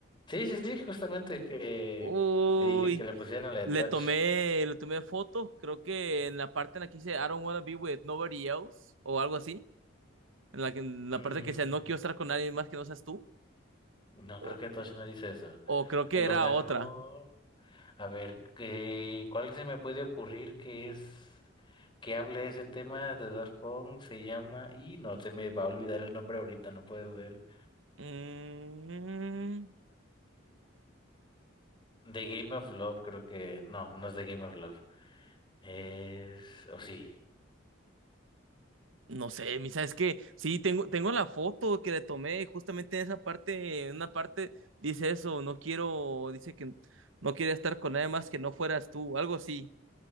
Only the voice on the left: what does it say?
Sí, sí, sí, justamente que
le dije que le pusieran la de
Touch.
Mm.
No
creo que Tosh no dice eso.
A lo
mejor,
a ver, ¿qué- ¿cuál se me puede ocurrir que es que hable ese tema de Daft Punk? Se llama, y no se me va a olvidar el nombre ahorita, no puede ser.
The Game of Love, creo que, no, no es The Game of Love. Es, o sí.